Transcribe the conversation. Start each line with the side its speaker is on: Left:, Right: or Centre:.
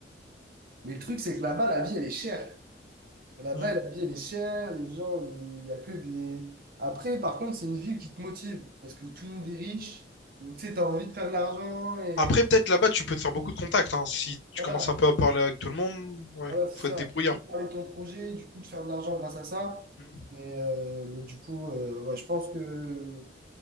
Right: Mais le truc, c'est que là-bas, la vie, elle est chère. Là-bas,
Left: Hmm.
Right: la vie, elle est chère. Les gens, il n'y a que des... Après, par contre, c'est une ville qui te motive parce que tout le monde est riche. Donc, tu sais, tu as envie de faire de l'argent et...
Left: Après, peut-être là-bas, tu peux te faire beaucoup de contacts. hein. Si tu
Right: Voilà,
Left: commences un peu à parler avec tout le monde, ouais,
Right: voilà, c'est
Left: faut
Right: ça.
Left: être débrouillard.
Right: Tu peux parler de ton projet, du coup, de faire de l'argent grâce à ça.
Left: Mhm.
Right: Mais euh, du coup, euh, ouais, je pense que...